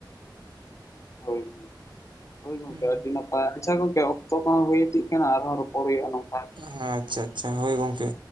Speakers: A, on the left; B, on the right.
A: ᱦᱳᱭ ᱦᱳᱭ ᱜᱚᱝᱠᱮ
B: ᱦᱮᱸ
A: ᱟᱨ ᱫᱤᱱᱟᱹᱜ ᱟᱪᱪᱷᱟ ᱜᱚᱝᱠᱮ ᱚᱠᱛᱚ ᱠᱚᱦᱚᱸ ᱦᱩᱭ ᱤᱫᱤᱜ ᱠᱟᱱᱟ ᱟᱨᱦᱚᱸ ᱨᱚᱯᱚᱲ ᱦᱩᱭᱩᱜᱼᱟ ᱱᱚᱝᱠᱟ ᱾
B: ᱦᱮᱸ ᱟᱪᱪᱷᱟ ᱟᱪᱪᱷᱟ ᱦᱳᱭ ᱜᱚᱝᱠᱮ